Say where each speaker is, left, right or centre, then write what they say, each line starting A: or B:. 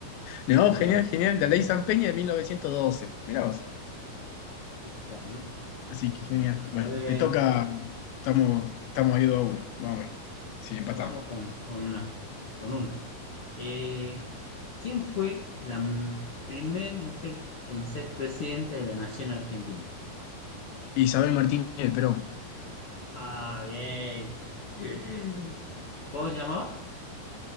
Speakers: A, on the left; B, on the left.
A: pero
B: No,
A: bueno,
B: genial, genial. La ley San Peña de 1912. Mirá vos.
A: ¿qué tal, no?
B: Así que
A: Bueno,
B: genial.
A: a
B: Bueno,
A: ver,
B: te toca. Estamos, estamos ahí 2 a uno. Vamos a ver. Sí,
A: vamos
B: empatamos.
A: con, con una, con una. Eh, ¿Quién fue la m- primer mujer en ser presidenta de la Nación Argentina?
B: Isabel Martínez de Perón.
A: Ah, bien. <laughs> ¿Cómo se llamaba?